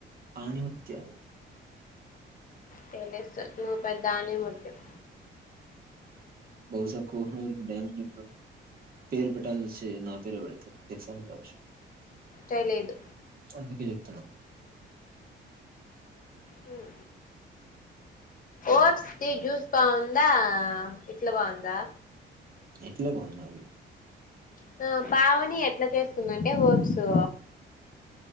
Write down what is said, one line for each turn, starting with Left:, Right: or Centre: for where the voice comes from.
Right: ఆణిముత్యాలు.
Left: తెలుసు నువ్వు పెద్ద అనిముత్యం.
Right: బౌసా కోహినూర్ డైమండ్ పేరు పెట్టాల్సి వస్తే నా పేరె పెడతా యశ్వంత్ రాజ్
Left: తెలీదు
Right: అందుకే చెప్తున్న
Left: హ్మ్ ఓట్స్ ది జూస్ బాగుందా ఇట్లా బాగుందా
Right: ఇట్లే బావుంది నాకి
Left: హు పావని ఎట్ల చేస్తుందంటే ఓట్సు